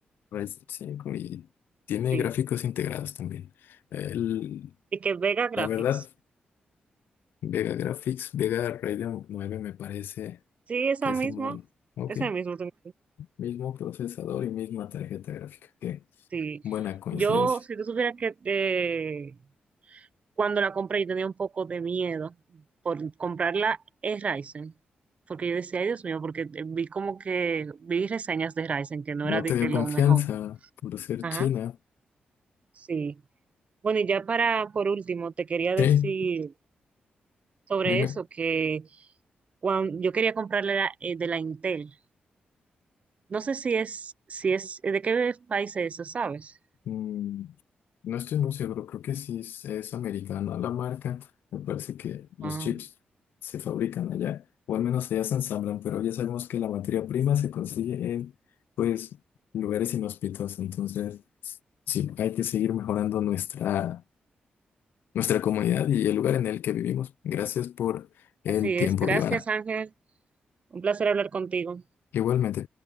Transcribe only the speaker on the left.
Ryzen cinco y tiene
gráficos integrados también. El-
la verdad... Vega Graphics, Vega Radeon nueve, me parece
que es
el modelo. Ok,
mismo procesador y misma tarjeta gráfica. Qué
buena coincidencia.
No
te
dio
confianza
por ser
china.
Sí,
dime.
Mm, no estoy muy seguro, creo que sí es, es americana la marca. Me parece que los
chips se fabrican allá, o al menos allá se ensamblan, pero ya sabemos que la materia prima se consigue en, pues, lugares inhóspitos. Entonces, sí, hay que seguir mejorando nuestra nuestra comunidad y el lugar en el que vivimos. Gracias por el
tiempo,
Giovanna.
Igualmente.